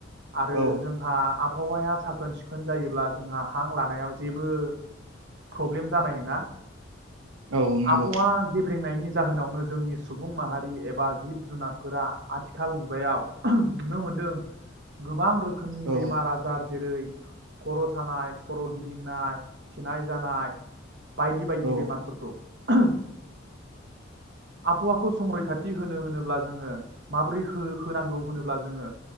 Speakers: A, on the right; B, on the right.
A: आरो
B: औ
A: जोंहा आब बहावाया साखोन सिखोन जायोब्ला जोंहा हां लानायाव जेबो प्रब्लेम जानाय नङा।
B: औ नंगौ
A: आबहावा गेब्रेंनायनि जाहोनावनो जोंनि सुबुं माहारि एबा जिब जुनारफोरा आथिखाल मुगायाव नुनो मोनदों गोबां रोख खोमनि
B: औ
A: बेमार आजार जेरै खर' सानाय खर गिदिंनाय खिनाय जानाय। बायदि बायदि
B: औ
A: बेमारफोरखौ <inaudible> आबहावाखौ संरैखाथि होनो होनोब्ला जोङो माबोरै हो होनांगौ होनोब्ला जोङो